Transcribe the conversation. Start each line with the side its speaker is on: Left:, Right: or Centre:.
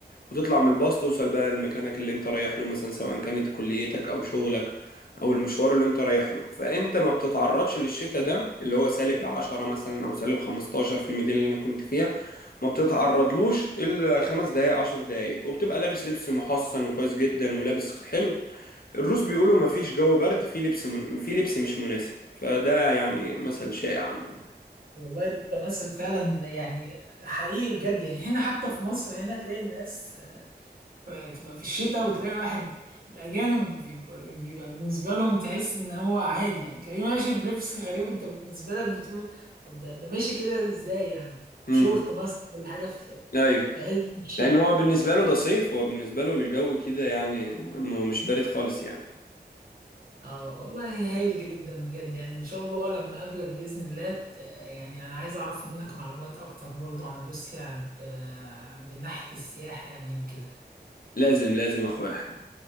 Left: وتطلع من الباص توصل بقى لمكانك اللي انت رايح له مثلا سواء كانت كليتك او شغلك او المشوار اللي انت رايح له فانت ما بتتعرضش للشتاء ده اللي هو سالب 10 مثلا او سالب 15 في المدينة اللي انا كنت فيها ما بتتعرضلوش الا خمس دقايق عشر دقايق وبتبقى لابس لبس محصن وكويس جدا ولابس حلو الروس بيقولوا ما فيش جو برد في لبس من... في لبس مش مناسب فده يعني مثل شائع عندهم
Right: والله ده مثل فعلا يعني حقيقي بجد يعني هنا حتى في مصر هنا تلاقي الناس فتبقى في الشتاء وتلاقي واحد الأجانب بيبقى, بيبقى بالنسبة لهم تحس إن هو عادي يعني تلاقيه ماشي بلبس غريب أنت بالنسبة لك بتقول طب ده, ده ماشي كده إزاي يعني
Left: امم
Right: شورت مثلا ولا حاجة في
Left: ايوه
Right: في عز الشتاء
Left: لان هو بالنسبه له ده صيف هو بالنسبه له الجو كده يعني م- مش بارد خالص يعني
Right: اه والله هايل جدا بجد يعني إن شاء الله لما أقابلك بإذن الله ت- يعني أنا عايز أعرف منك معلومات أكتر برضو عن روسيا ب... من ناحية السياحة يعني وكده
Left: لازم لازم اخويا احمد